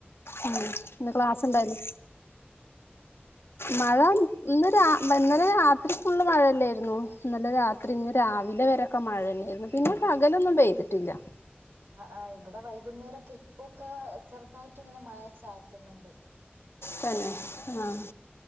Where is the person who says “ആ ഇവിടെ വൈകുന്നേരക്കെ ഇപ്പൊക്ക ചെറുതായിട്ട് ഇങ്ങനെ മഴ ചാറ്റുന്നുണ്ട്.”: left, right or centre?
Right